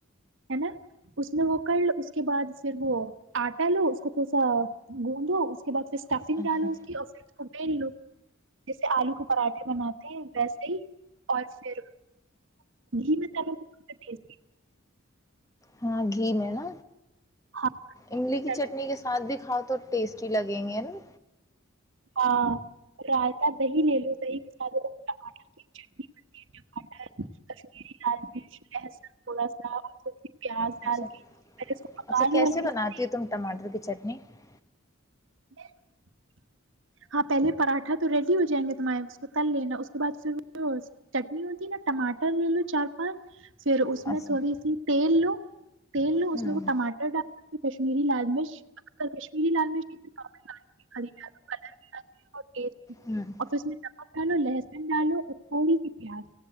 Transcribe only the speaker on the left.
اچھا
ہاں گھی میں ہے نا
املی کی
چٹنی کے ساتھ بھی کھاؤ تو ٹیسٹی لگیں گے نا
اچھا
اچھا کیسے
بناتی
ہو تم ٹماٹر کی چٹنی نہیں
اچھا
ہوں
ہوں